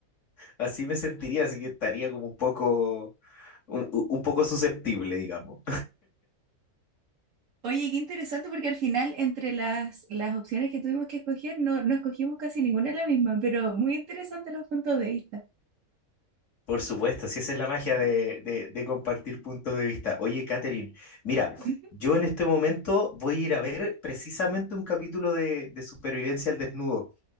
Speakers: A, on the left; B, on the right.
A: Así me sentiría, así que estaría como un poco, un, un poco susceptible, digamos.
B: Oye, qué interesante porque al final entre las, las opciones que tuvimos que escoger no, no escogimos casi ninguna la misma, pero muy interesante los puntos de vista.
A: Por supuesto, si esa es la magia de, de- de compartir puntos de vista. Oye, Catherine, mira,
B: <laughs>
A: yo en este momento voy a ir a ver precisamente un capítulo de, de Supervivencia al Desnudo.